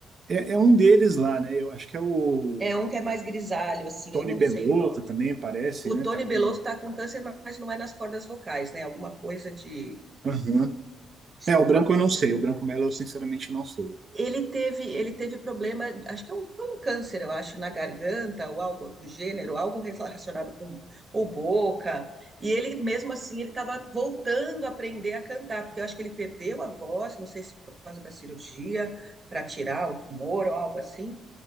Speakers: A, on the right (about 45°); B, on the right (about 30°).
A: é, é um deles lá, né? Eu acho que é o
B: é um que é mais grisalho, assim,
A: Tony
B: eu não
A: Bellotto
B: sei o nome.
A: também, parece,
B: O
A: né?
B: Tony
A: Tá
B: Belotto
A: com...
B: está com câncer, mas não é nas cordas vocais, né? Alguma coisa de
A: Aham.
B: estômago,
A: É, o branco eu não
B: alguma
A: sei. O branco Melo eu, sinceramente, não sei.
B: Ele teve, ele teve problema, acho que é um- foi um câncer, eu acho, na garganta ou algo do gênero, algo relacionado com ou boca. E ele, mesmo assim, ele estava voltando a aprender a cantar, porque eu acho que ele perdeu a voz, não sei se por causa da cirurgia, para tirar o tumor ou algo assim.